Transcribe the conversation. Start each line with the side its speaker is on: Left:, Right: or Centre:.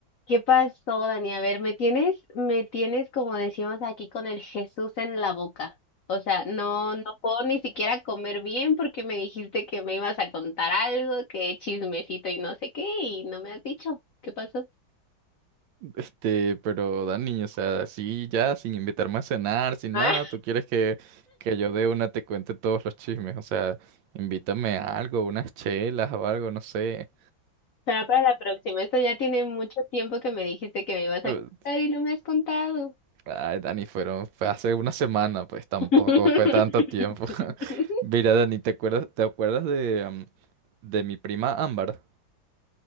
Left: ¿Qué pasó, Dani? A ver, me tienes, me tienes como decimos aquí con el Jesús en la boca. O sea, no, no puedo ni siquiera comer bien porque me dijiste que me ibas a contar algo, que chismecito y no sé qué, y no me has dicho. ¿Qué pasó? <laughs>
Right: Este, pero Dani, o sea, así ya, sin invitarme a cenar, sin
Left: Ah,
Right: nada, tú quieres que, que yo de una te cuente todos los chismes, o sea, invítame a algo, unas chelas o algo, no sé.
Left: será para la próxima. Esto ya tiene mucho tiempo que me dijiste que me ibas
Right: Eh,
Left: a contar y no me has contado.
Right: Ay, Dani, fueron, fue hace una semana, pues tampoco
Left: <laughs>
Right: fue tanto tiempo. <laughs> Mira, Dani, ¿te acuerdas, te acuerdas de, am, de mi prima Ámbar?